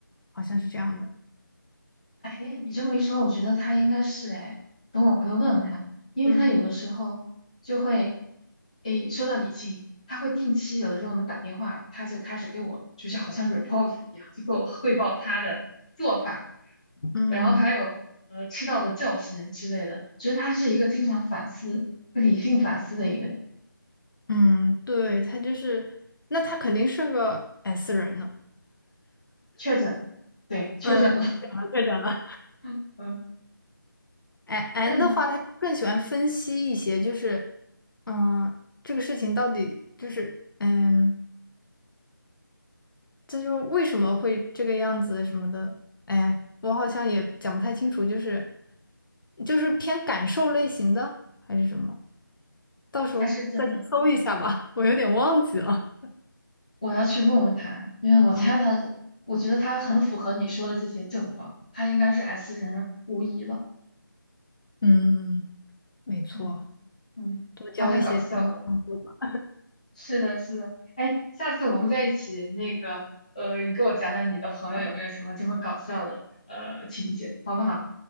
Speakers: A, on the left (about 70°); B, on the left (about 20°).
A: 好像是这样的，
B: 哎，你这么一说，我觉得他应该是哎，等我回头问问他，因为他有的时候就会，
A: 嗯。
B: 哎，说到理性，他会定期有的时候我们打电话，他就开始给我就是好像 report 一样，就给我汇报他的做法，
A: 嗯
B: 然后还有呃吃到的教训之类的，觉得他是一个经常反思、会理性反思的一个人。
A: 嗯，对，他就是，那他肯定是个 S 人呢。
B: 确诊了，对，确诊了，
A: 嗯，确诊了，确诊了。
B: <laughs> 嗯，
A: 哎 N
B: 那你
A: 的话，他更喜欢分析一些，就是，嗯，这个事情到底就是，嗯，这就是为什么会这个样子什么的。哎，我好像也讲不太清楚，就是就是偏感受类型的还是什么？到时候再去搜一下吧，
B: 他是真的。
A: 我有点忘记了。
B: 我要去问问他，因为我猜他，
A: 嗯
B: 我觉得他很符合你说的这些症状，他应该是 S 人无疑了。
A: 嗯，嗯没错，
B: 嗯嗯，
A: 多交一些这种。
B: 他太搞笑了。
A: 吧。
B: 是的，是的。哎，下次我们在一起那个，呃，你给我讲讲你的朋友有没有什么这么搞笑的呃情节，好不好？